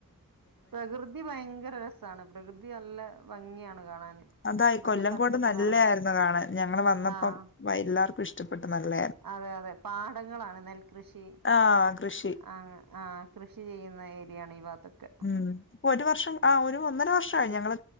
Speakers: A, on the right (about 85°); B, on the left (about 35°).
A: പ്രകൃതി ഭയങ്കര രസാണ് പ്രകൃതി നല്ല ഭംഗിയാണ് കാണാന്.
B: അതായി
A: ഫുള്ള്
B: കൊല്ലംകോട്
A: പച്ചപ്പ്
B: നല്ല
A: നിറഞ്ഞ
B: യായിരുന്നു കാണാൻ ഞങ്ങള് വന്നപ്പം
A: ആഹ്
B: വയ് എല്ലാർക്കും ഇഷ്ടപ്പെട്ട് നല്ല
A: അതെ അതെ പാടങ്ങളാണ് നെൽകൃഷി
B: ആ കൃഷി
A: അങ്ങ് ആഹ് കൃഷി ചെയ്യുന്ന ഏരിയാണ് ഈ പാത്തൊക്കെ
B: ഉം ഒരു വർഷം ആഹ് ഒരു ഒന്നര വർഷായി ഞങ്ങള്